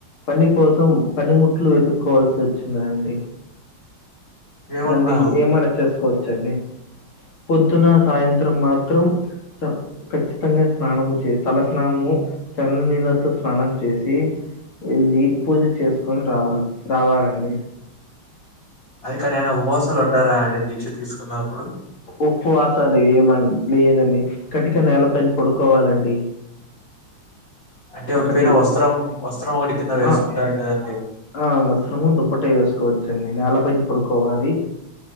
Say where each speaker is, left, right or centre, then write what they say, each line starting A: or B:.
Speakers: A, on the left; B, on the left.
A: పని కోసం పనిముట్లు వెతుక్కోవాల్సి వచ్చినా అండి.
B: ఏమన్నా
A: అన్ని ఏమైన చేసుకోవచ్చండి. పొద్దున, సాయంత్రం మాత్రం. ఖచ్చితంగా స్నానము చే తల స్నానము చల్ల నీళ్ళతో స్నానం చేసి వెళ్లి పూజ చేసుకొని రావాలి రావాలండి
B: అది <unintelligible> ఉపవాసలు ఉండారా అండి దీక్ష తీసుకున్నప్పుడు
A: ఉప్పువాసాలు ఏమ్ లేదండి కట్టిక నేల పైన పడుకోవాలండి
B: అంటే
A: ఒకటి.
B: ఓపైన వస్త్రం వస్త్రం ఒకటి కింద వేసుకుంటారు
A: ఆ!
B: కదండి
A: ఆ వస్త్రము దుప్పట వేసుకోవచ్చండి నేల పైన పడుకోవాలి